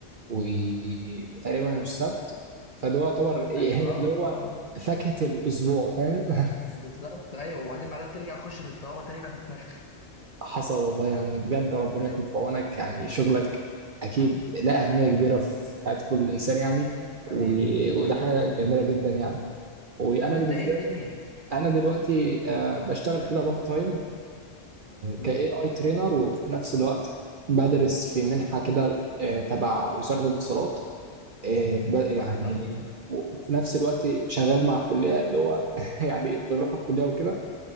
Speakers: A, on the right; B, on the left.
A: و- وتقريبا السبت فده يعتبر ايه
B: أيوه
A: <laughs>
B: أه
A: اللي
B: أه
A: هو
B: آه. آه.
A: فاكهه الاسبوع فاهم <laughs>
B: بالظبط أيوه وبعدين بعدها بترجع تخش في الدوامة تاني بقى تتنفخ
A: حصل والله يعني بجد ربنا
B: أيوه
A: يكون في عونك يعني شغلك اكيد له اهميه كبيره في حياه كل انسان يعني و-
B: حبيبي حبيبي
A: وده حاجه
B: ربنا
A: جميله
B: يخليك
A: جدا يعني وانا
B: وأنت
A: بالنسبه
B: إيه الدنيا؟
A: لي انا دلوقتي آه، بشتغل كده بارت تايم
B: مم.
A: كاي اي ترينر وفي نفس الوقت بدرس في منحه كده آه، تبع وزاره الاتصالات آه، ب- يعني
B: طب جدع
A: وفي نفس الوقت شغال مع الكليه اللي هو <laughs> يعني بروح الكليه وكده